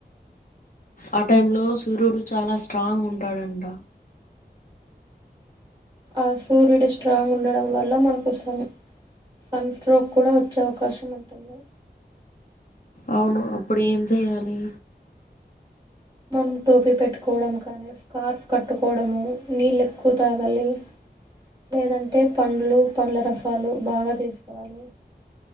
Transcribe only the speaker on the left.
ఆ టైం లో సూర్యుడు చాలా స్ట్రాంగ్ ఉంటాడంట
అవును అప్పుడు ఏం చేయాలి